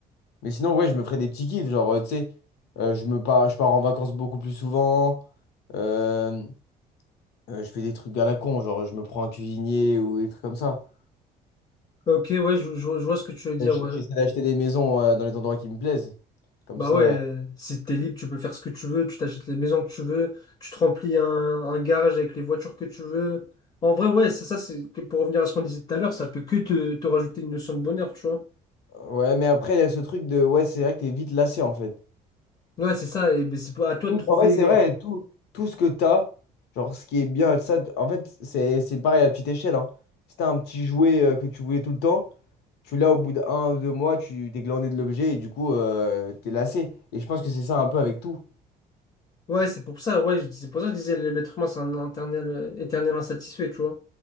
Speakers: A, on the left; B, on the left.
A: Mais sinon, ouais, je me ferais des petits kiffs. Genre, euh, tu sais, euh, je me pars, je pars en vacances beaucoup plus souvent. Euh, euh, je fais des trucs à la con. Genre, je me prends un cuisinier ou des trucs comme ça.
B: Ok, ouais, je, je vois je vois ce que tu veux dire,
A: Euh, j-
B: ouais.
A: J'essaie d'acheter des maisons, euh, dans les endroits qui me plaisent. Comme
B: Bah
A: ça.
B: ouais, si t'es libre, tu peux faire ce que tu veux, tu t'achètes les maisons que tu veux, tu te remplis un, un garage avec les voitures que tu veux. En vrai, ouais, ça, ça c'est que pour revenir à ce qu'on disait tout à l'heure, ça peut que te, te rajouter une notion de bonheur, tu vois.
A: Ouais, mais après, il y a ce truc de, ouais, c'est vrai que t'es vite lassé, en fait.
B: Ouais, c'est ça, et ben, c'est pour- à toi
A: Tout,
B: de trouver.
A: en fait, c'est vrai, tout, tout ce que t'as, genre, ce qui est bien, ça, t- en fait, c'est, c'est pareil à petite échelle, hein. Si t'as un petit jouet euh, que tu voulais tout le temps, tu l'as au bout d'un, ou deux mois, tu t'es glandé de l'objet et du coup, euh, t'es lassé. Et je pense que c'est ça un peu avec tout.
B: Ouais, c'est pour ça, ouais, je- c'est pour ça que je disais l'être humain, c'est un éternel, euh, éternel insatisfait, tu vois.